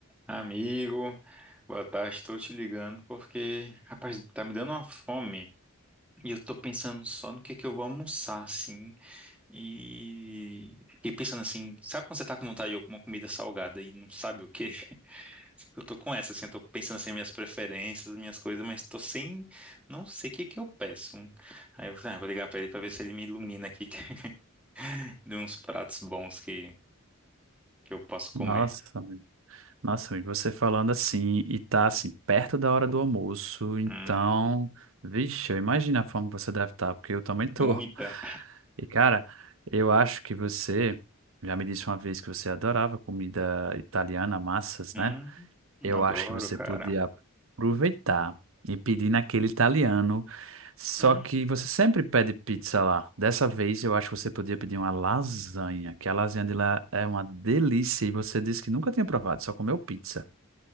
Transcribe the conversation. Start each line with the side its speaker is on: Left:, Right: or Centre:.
Centre: Amigo, boa tarde. Estou te ligando porque, rapaz, tá me dando uma fome e eu tô pensando só no que que eu vou almoçar, assim. E, e pensando assim, sabe quando você tá com vontade de alguma comida salgada e não sabe o quê? <laughs> Eu tô com essa, assim, eu tô pensando assim, minhas preferências, minhas coisas, mas tô sem, não sei o que que eu peço. Aí eu falei, ah, vou ligar pra ele pra ver se ele me ilumina aqui <laughs> de uns pratos bons que, que eu posso comer.
Right: Nossa, amigo. Nossa, amigo, você falando assim e tá assim perto da hora do almoço, então,
Centre: Hum,
Right: vixe, eu imagino a fome que você deve estar, porque eu também tô.
Centre: muita.
Right: <laughs> E cara, eu acho que você já me disse uma vez que você adorava comida italiana, massas,
Centre: Hum,
Right: né? Eu
Centre: adoro,
Right: acho que você
Centre: cara.
Right: podia aproveitar e pedir naquele italiano. Só
Centre: Hum,
Right: que você sempre pede pizza lá. Dessa vez eu acho que você podia pedir uma lasanha, que a lasanha de lá é uma delícia e você disse que nunca tinha provado, só comeu pizza.